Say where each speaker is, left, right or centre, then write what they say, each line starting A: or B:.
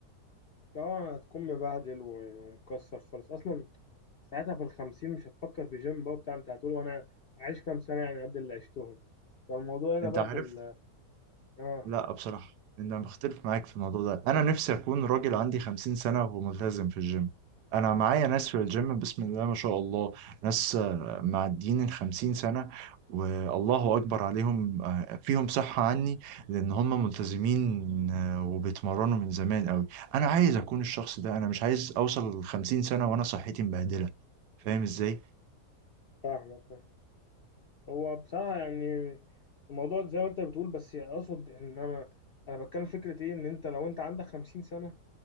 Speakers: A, on the left (about 65°); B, on the right (about 90°).
A: طبعا هتكون مبهدل و- ومكسر خالص اصلا ساعتها في الخمسين مش هتفكر في جيم بقى بتاع انت هتقول وانا عايش كام سنة يعني قد اللي عشتهم فالموضوع هنا
B: انت
A: بقى
B: عارف
A: في ال اه
B: لا بصراحة أنا بختلف معاك في الموضوع ده أنا نفسي أكون راجل عندي خمسين سنة وملتزم في الجيم أنا معايا ناس في الجيم بسم الله ما شاء الله ناس آه، معديين الخمسين سنة والله أكبر عليهم آه، فيهم صحة عني لأن هم ملتزمين آه، وبيتمرنوا من زمان أوي أنا عايز أكون الشخص ده أنا مش عايز أوصل للخمسين سنة وأنا صحتي مبهدلة فاهم إزاي؟
A: فاهمك فاهم. هو بصراحة يعني الموضوع زي ما انت بتقول بس اقصد ان انا انا بتكلم فكرة ايه ان انت لو انت عندك خمسين سنة